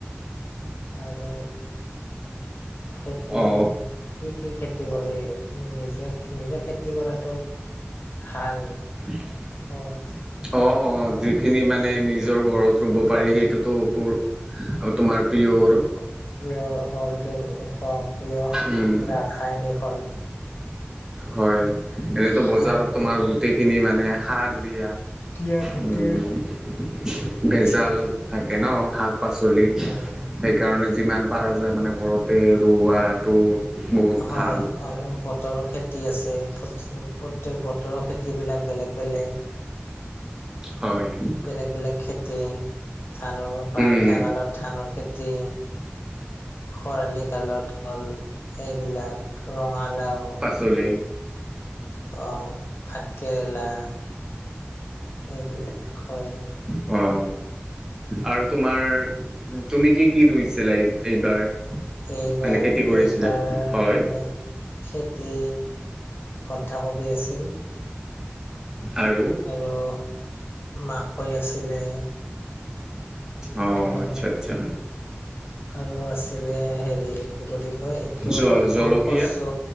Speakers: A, on the left (about 65°); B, on the right (about 15°).
A: আৰু খেতি
B: অ
A: কি কি খেতি কৰে, নিজে নিজে খেতি কৰাটো ভাল।
B: <unintelligible>
A: অ
B: অ অ
A: হয়নে
B: যিখিনি মানে নিজৰ ঘৰত ৰুব পাৰি
A: অ
B: সেইটো তোৰ আ তোমাৰ পিঅ অৰু।
A: প্ৰিয় অৰ্গেন অ প্ৰিয় ৰাসায়নিক
B: উম
A: হল।
B: হয় এনেতো
A: খাৰ
B: বজাৰত তোমাৰ গোটেইখিনি মানে সাৰ দিয়া।
A: দিয়া থাকে
B: উম ভেজাল
A: খেতি
B: থাকে ন শাক পাচলিত
A: উম
B: সেইকাৰণে যিমান পাৰা যায় মানে ঘৰতে ৰোৱাত টো বহুত
A: হয়
B: ভাল।
A: আৰু বতৰ খেত টি আছে প্ৰত্যেক বতৰৰ খেতিবিলাক বেলেগ বেলেগ।
B: হয়
A: বেলেগ বেলেগ খেতি ধানৰ বাৰিষা
B: উম
A: কালত ধানৰ খেতি খৰালি কালৰ হল এইবিলাক ৰঙালাও
B: চুলি
A: অ ভাতকেৰেলা এইবিলাক হয়
B: অঁ আৰু তোমাৰ তুমি কি কি ৰুইছিলা এই এইবাৰ
A: এইবাৰ
B: মানে খেতি কৰিছিলা?
A: এইবাৰ
B: হয়
A: মানে খেতি বন্ধাকবি আছিল
B: আৰু
A: আৰু মাকৈ আছিলে
B: অঁ
A: আৰু
B: আচ্ছা আচ্ছা
A: আৰু আছিলে হেৰি কি বুলি কয় এইটো
B: জল জলকীয়া
A: ওলকচু